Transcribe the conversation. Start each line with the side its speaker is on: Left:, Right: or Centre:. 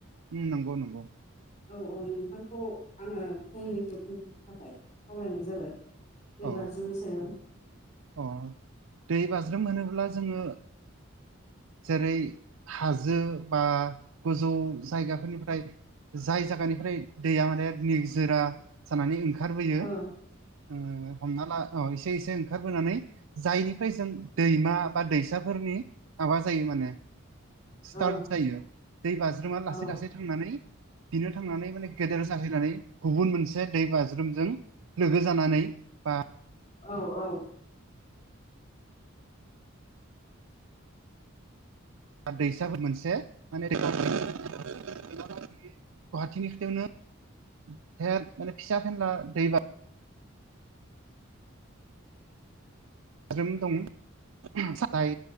Right: उम नंगौ नंगौ
Left: औ औ नोंथांखौ आङो फंनैसो बुंग्रोनो थाखाय खावलायनाय जाबाय। दै
Right: अ
Left: बाज्रुमनि सायाव।
Right: अ दै बाज्रुम होनोब्ला जोङो जेरै हाजो बा गोजौ जायगाफोरनिफ्राय जाय जागानिफ्राय दैया माने निजोरा जानानै ओंखारबोयो
Left: ओ
Right: ओ हमना ला अ एसे एसे ओंखारबोनानै जायनिफ्राय जों दैमा बा दैसाफोरनि माबा जायो माने स्टार्ट
Left: औ ओ
Right: जायो दै बाज्रुमा लासै
Left: औ
Right: लासै थांनानै बिनो थांनानै माने गेदेर जाहैनानै गुबुन मोनसे दै बाज्रुमजों लोगो जानानै बा
Left: औ औ।
Right: आ दैसाखौ मोनसे माने <unintelligible> गुवाहानि खाथियावनो <unintelligible> माने फिसा फेनला दैबा बाज्रुम दं साथाय